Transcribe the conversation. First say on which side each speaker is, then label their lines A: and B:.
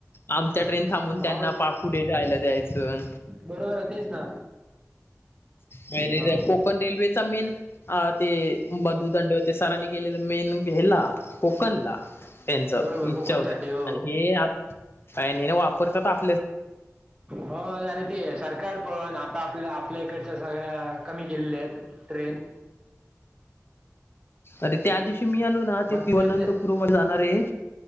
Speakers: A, on the left; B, on the right.
A: आमच्या ट्रेन थांबून त्यांना
B: नाव
A: पा पुढे राहायला दयचं.
B: बरोबर आहे तेच ना
A: मे
B: ह
A: कोकण रेल्वे मेन ते मधुदंड होते सरांनी केलेलं मेन हेला कोकणला. त्यांच
B: बरोबर
A: इच्छा
B: कोकणसाठी
A: होते.
B: हो
A: आणि हे वापरतात आप
B: हो आणि ते सरकार पण आता आपल्या आपल्या इकडच्या सगळ्या कमी केल्या आहेत ट्रेन.
A: अरे त्या दिवशी मी आलो ना. ते
B: मध्यंतर
A: ति अनंतपुरमध्ये जाणार आहे.